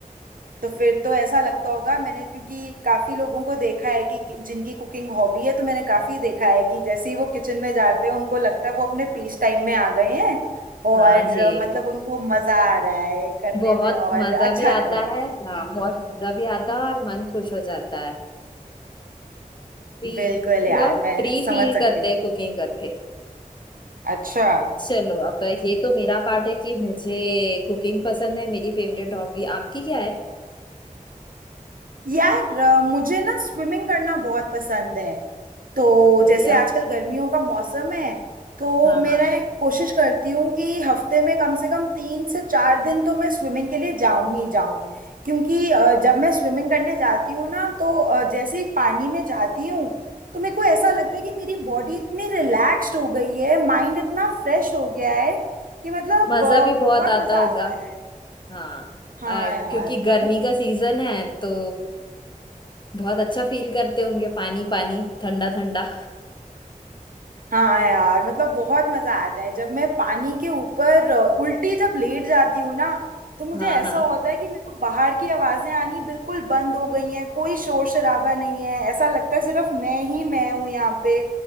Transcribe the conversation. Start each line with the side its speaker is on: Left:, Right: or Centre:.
Right: तो फिर तो ऐसा लगता होगा मैंने क्योंकि काफी लोगों को देखा है कि कि- जिनकी कुकिंग हॉबी है तो मैंने काफी देखा है कि जैसे ही वो किचन में जाते हैं उनको लगता है वो अपने पीस टाइम में आ गए हैं और
Left: हाँ जी
Right: अ, मतलब उनको मजा आ रहा है करने
Left: बहुत
Right: में और
Left: मजा
Right: अच्छा
Left: भी आता
Right: लग रहा है
Left: है हाँ बहुत मजा भी आता है और मन खुश हो जाता है फ्री
Right: बिल्कुल
Left: पूरा
Right: यार मैं
Left: फ्री
Right: समझ
Left: फील
Right: सकती
Left: करते
Right: हूँ
Left: हैं कुकिंग करके
Right: अच्छा
Left: चलो अब ये तो मेरा पार्ट है कि मुझे कुकिंग पसंद है मेरी फेवरेट हॉबी आपकी क्या है
Right: यार अ, मुझे ना स्विमिंग करना बहुत पसंद है तो
Left: बहुत बढ़िया
Right: जैसे आजकल गर्मियों का मौसम है तो
Left: हाँ
Right: मेरा
Left: हाँ
Right: कोशिश करती हूँ कि हफ्ते में कम से कम तीन से चार दिन तो मैं स्विमिंग के लिए जाऊं ही जाऊं क्योंकि अ, जब मैं स्विमिंग करने जाती हूँ ना तो अ, जैसे ही पानी में जाती हूँ तो मेरे को ऐसा लगता है कि मेरी बॉडी इतनी रिलैक्स्ड हो गई है माइंड इतना फ्रेश हो गया है कि मतलब
Left: मजा
Right: अ,
Left: भी
Right: बहुत
Left: बहुत आता
Right: मजा
Left: होगा
Right: आता है
Left: हाँ
Right: हाँ
Left: आ, क्योंकि
Right: यार मतलब
Left: गर्मी का सीजन है तो बहुत अच्छा फील करते होंगे पानी पानी ठंडा ठंडा
Right: हाँ यार मतलब बहुत मजा आता है जब मैं पानी के ऊपर अ, उल्टी जब लेट जाती हूँ ना तो मुझे
Left: हाँ
Right: ऐसा
Left: हाँ
Right: होता है कि मेरे को बाहर की आवाजें आनी बिल्कुल बंद हो गई हैं कोई शोर शराबा नहीं है ऐसा लगता है सिर्फ मैं ही मैं हूँ यहाँ पे